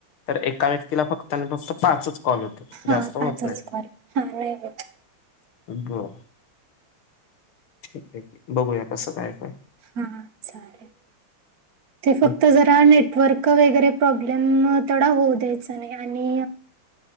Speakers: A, on the left (about 75°); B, on the right (about 50°).
A: तर एका व्यक्तीला फक्तन फक्त पाचच कॉल होत. होतात
B: हा
A: जास्त
B: पाचच
A: नाहीत.
B: कॉल हा नाही होत.
A: बर ठिक आहे कि, बघूया कसं काय तर
B: हा चालेल, ते फक्त
A: हं,
B: जर नेटवर्क वगैरे प्रॉब्लेम थोडा होऊ द्यायचा नाही. आणि